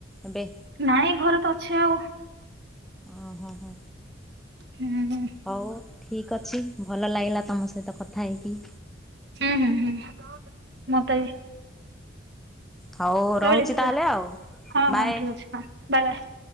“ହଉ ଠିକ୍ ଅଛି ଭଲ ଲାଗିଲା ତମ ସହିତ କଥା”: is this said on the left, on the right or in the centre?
Centre